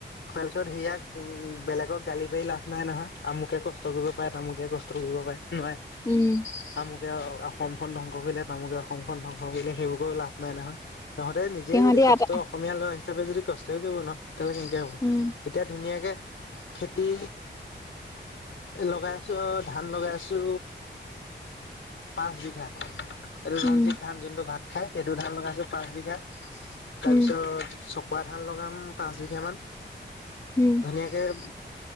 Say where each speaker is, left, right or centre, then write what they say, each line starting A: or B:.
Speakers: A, on the left; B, on the left.
A: তাৰপিছত সেয়াাক উ বেলেগক গালি পাৰি লাভ নাই নহয় আমুকে কষ্ট কৰিব পাৰে তামুকে কষ্ট কৰিব পাৰে। নহয়
B: উম
A: তামুকে অসমখন ধ্বংস কৰিলে তামুকে অসমখনন ধ্বংস কৰিলে সেইবোৰকেও লাভ। নাই নহয় তহতে নিজে
B: সিহঁতি
A: যদি কষ্ট
B: আটা
A: অসমীয়া ল'ৰা হিচাপে যদি কষ্টয়ে কৰিব নহয়। তেতিলে কেনেকে হ'ব
B: উম
A: এতিয়া ধুনীয়াকে খেতি। লগাই আছো অ ধান লগাই আছো। পাঁচ বিঘা এইটো ৰঞ্জিত
B: উম
A: ধান যোনু ভাত খাই। সেইটো ধান লগাইছো পাঁচ বিঘা তাৰ
B: উম
A: পিছত চকোৱা ধান লগাম পাঁচ বিঘা মান।
B: উম
A: ধুনিয়াকে উ